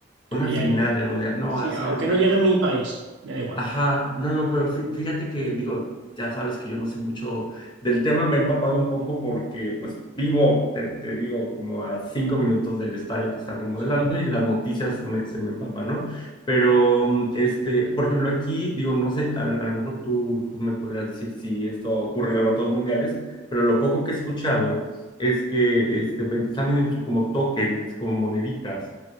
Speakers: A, on the right (about 60°); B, on the left (about 25°).
A: te
B: una
A: diría
B: final
A: yo.
B: del mundial. No
A: Sí,
B: va a ser
A: aunque
B: una.
A: no llegue a mi país, me da igual.
B: Ajá, no, no, pero fí- fíjate que, digo, ya sabes que yo no sé mucho del tema, me he empapado un poco
A: Sí,
B: porque, pues, vivo, te, te digo, como a cinco minutos del estadio que están remodelando
A: sí,
B: y las noticias me- se me empapan, ¿no? Pero, mm, este, por ejemplo, aquí, digo, no sé, a, a lo mejor tú, tú me podrías decir si esto ha ocurrido en otros mundiales, pero lo poco que he escuchado es que, este, ven- están vendiendo como tokens, como moneditas